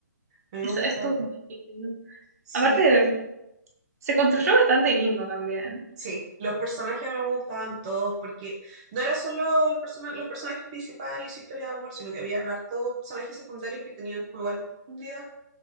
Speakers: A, on the right; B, on the right.
A: a mí
B: eso
A: me gustó,
B: estuvo muy lindo.
A: sí.
B: Aparte, se construyó bastante lindo también.
A: Sí, los personajes me gustaban todos porque no era solo el persona- los personajes principales y su historia de amor, sino que habían hartos personajes secundarios que tenían como igual profundidad.